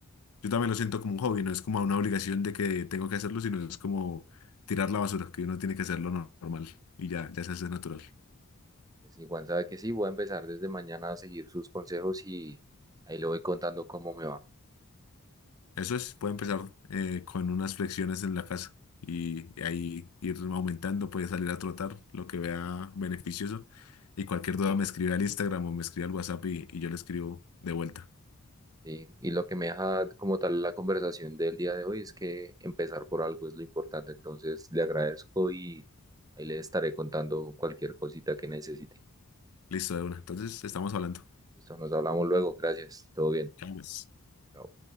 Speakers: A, on the left; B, on the right.
A: Yo también lo siento como un hobby. No es como una obligación de que tengo que hacerlo, sino es como tirar la basura, que uno tiene que hacerlo no- normal. Y ya, ya se hace natural.
B: pues sí, Juan sabe que sí, voy a empezar desde mañana a seguir sus consejos y ahí le voy contando cómo me va.
A: Eso es, puede empezar eh, con unas flexiones en la casa y, y ahí ir aumentando, puede salir a trotar, lo que vea beneficioso. Y cualquier duda me escribe al Instagram o me escribe al WhatsApp y, y yo le escribo de vuelta.
B: ¿sí? Y lo que me deja como tal la conversación del día de hoy es que empezar por algo es lo importante, entonces le agradezco y ahí le estaré contando cualquier cosita que necesite.
A: Listo, de una. Entonces, estamos hablando.
B: Listo, nos hablamos luego, gracias, todo bien.
A: Chao, pues.
B: Chao.